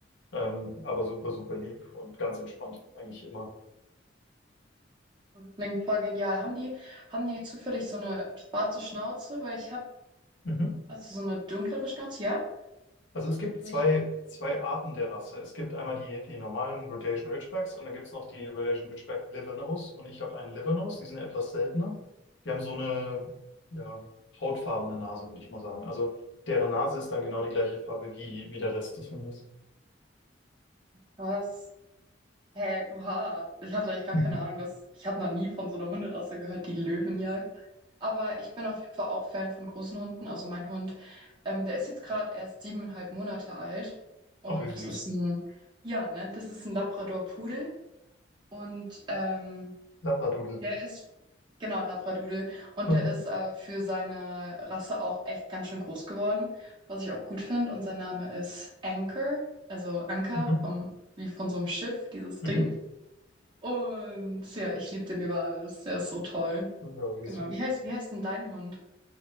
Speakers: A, on the left (about 75°); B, on the right (about 25°).
A: Ähm, aber super, super lieb und ganz entspannt, eigentlich immer.
B: Klingt voll genial. Haben die, haben die zufällig so eine schwarze Schnauze? Weil ich habe,
A: Mhm.
B: also so eine dunklere Schnauze, ja?
A: Also es gibt
B: Aber
A: zwei,
B: ich,
A: zwei Arten der Rasse. Es gibt einmal die, die normalen Rhodesian Ridgebacks und dann gibt es noch die Rhodesian Ridgeback Livernose. Und ich habe einen Livernose, die sind ja etwas seltener. Die haben so eine ja, hautfarbene Nase, würde ich mal sagen. Also deren Nase ist dann genau die gleiche Farbe wie, wie der Rest des Hundes.
B: was? Hä, oha, ich hatte
A: <laughs>
B: eigentlich gar keine Ahnung, dass ich habe noch nie von so einer Hunderasse gehört, die Löwen jagt. Aber ich bin auf jeden Fall auch Fan von großen Hunden. Also mein Hund, ähm, der ist jetzt gerade erst siebeneinhalb Monate alt und
A: Auch wie süß.
B: das ist ein, ja, ne, das ist ein Labrador-Pudel und ähm,
A: Labradoodle.
B: der ist genau ein Labradudel und
A: <laughs>
B: der ist äh, für seine Rasse auch echt ganz schön groß geworden, was ich auch gut finde. Und sein Name ist Anchor, also Anker
A: Mhm.
B: vom wie von so einem Schiff, dieses
A: Mhm.
B: Ding. Und ja, ich liebe den über alles. Der ist so toll.
A: Ja, wie
B: Genau.
A: süß.
B: Wie heißt, wie heißt denn dein Hund?